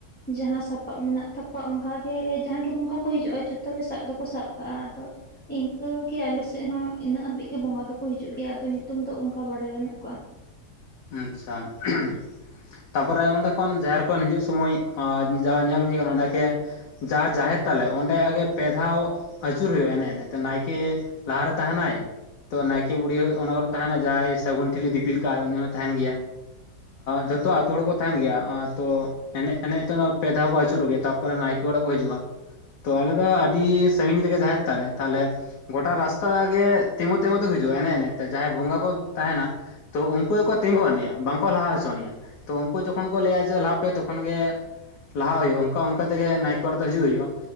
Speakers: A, in the centre; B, on the left (about 65°).
A: ᱡᱟᱦᱟᱸ ᱥᱟᱯᱟᱵ ᱢᱮᱱᱟᱜ ᱛᱟᱠᱚᱣᱟ, ᱚᱱᱠᱟᱜᱮ ᱡᱟᱦᱟᱸᱟᱜ ᱜᱮ ᱵᱚᱸᱜᱟ ᱠᱚ ᱦᱤᱡᱩᱜᱼᱟ, ᱡᱷᱚᱛᱚ ᱜᱮ ᱥᱟᱵ ᱫᱚᱠᱚ ᱥᱟᱵ ᱠᱟᱜᱼᱟ᱾ ᱟᱫᱚ ᱤᱱᱠᱟᱹᱜᱮ ᱟᱞᱮ ᱥᱮᱫ ᱦᱚᱸ ᱤᱱᱟᱹᱜ ᱦᱟᱹᱵᱤᱡ ᱜᱮ ᱵᱚᱸᱜᱟ ᱫᱚᱠᱚ ᱦᱤᱡᱩᱜ ᱜᱮᱭᱟ ᱟᱫᱚ ᱧᱩᱛᱩᱢ ᱫᱚ ᱚᱱᱠᱟ ᱵᱟᱲᱟᱭ ᱵᱟᱹᱱᱩᱜ ᱠᱚᱣᱟ᱾
B: ᱟᱪᱪᱷᱟ <unintelligible> ᱛᱟᱨᱯᱚᱨᱮ ᱚᱸᱰᱮ ᱠᱷᱚᱱ ᱡᱟᱸᱟᱦᱮᱨ ᱠᱷᱚᱱ ᱦᱤᱡᱩᱜ ᱥᱚᱢᱚᱭ, ᱡᱟ ᱧᱮᱞ ᱦᱩᱭ ᱠᱟᱱᱟ ᱚᱸᱰᱮᱜᱮ ᱡᱟ ᱡᱟᱦᱮᱨ ᱛᱟᱞᱮ ᱚᱸᱰᱮ ᱟᱜᱮ ᱯᱮ ᱫᱷᱟᱣᱼᱼ ᱟᱹᱪᱩᱨ ᱦᱩᱭᱩᱜᱼᱟ ᱮᱱᱮᱡ ᱮᱱᱮᱡ ᱛᱮ, ᱱᱟᱭᱠᱮ ᱞᱟᱦᱟᱨᱮ ᱛᱟᱦᱮᱱᱟᱭ, ᱛᱚ ᱱᱟᱭᱠᱮ ᱵᱩᱲᱦᱤ ᱚᱱᱟ ᱠᱚᱨᱮᱜ ᱛᱟᱦᱮᱱᱟ ᱡᱟᱦᱟᱸᱭ ᱥᱟᱹᱜᱩᱱ ᱴᱷᱤᱞᱤ ᱫᱤᱯᱤᱞ ᱠᱟᱜ ᱟᱭ ᱩᱱᱤ ᱦᱚᱸ ᱛᱟᱦᱮᱱ ᱜᱮᱭᱟ᱾ ᱡᱷᱚᱛᱚ ᱟᱛᱩ ᱦᱚᱲ ᱠᱚ ᱛᱟᱦᱮᱱ ᱜᱮᱭᱟ, ᱟᱫᱚ ᱮᱱᱮᱡ ᱮᱱᱮᱡ ᱛᱮ ᱚᱱᱟ ᱯᱮ ᱫᱷᱟᱣ ᱠᱚ ᱟᱹᱪᱩᱨᱚᱜ ᱜᱮ, ᱛᱯᱚᱨᱮ ᱱᱟᱭᱠᱮ ᱚᱲᱟᱜ ᱠᱚ ᱦᱤᱡᱩᱜᱼᱟ᱾ ᱛᱚ ᱟᱞᱮ ᱫᱚ ᱟᱹᱰᱤ ᱥᱟᱺᱜᱤᱧ ᱨᱮᱜᱮ ᱡᱟᱦᱮᱨ ᱛᱟᱞᱮ ᱛᱟᱦᱚᱞᱮᱼᱼ ᱜᱚᱴᱟ ᱨᱟᱥᱛᱟ ᱜᱮ ᱛᱤᱸᱜᱩ ᱛᱮᱤᱸᱜᱩ ᱛᱮ ᱦᱤᱡᱩᱜᱼᱟ ᱮᱱᱮᱡ ᱮᱱᱮᱡ ᱛᱮ ᱡᱟᱦᱟᱸᱭ ᱵᱚᱸᱜᱟ ᱠᱚ ᱛᱟᱦᱮᱱᱟ, ᱛᱚ ᱩᱱᱠᱩ ᱜᱮᱠ ᱛᱤᱸᱜᱩ ᱟᱹᱱᱤᱡᱼᱟ, ᱵᱟᱝᱠᱚ ᱞᱟᱦᱟ ᱦᱚᱪᱚᱱᱤᱡᱼᱟ, ᱛᱚ ᱩᱱᱠᱩ ᱡᱚᱠᱷᱚᱱ ᱠᱚ ᱞᱟᱹᱭᱟ ᱡᱮ ᱞᱟᱦᱟ ᱯᱮ ᱛᱚᱠᱷᱚᱱ ᱜᱮ ᱞᱟᱦᱟ ᱦᱩᱭᱩᱜᱼᱟ, ᱚᱱᱠᱟ ᱚᱱᱠᱟ ᱛᱮᱜᱮ ᱱᱟᱭᱠᱮ ᱚᱲᱟᱜ ᱫᱚ ᱦᱤᱡᱩᱜ ᱦᱩᱭᱩᱜᱼᱟ,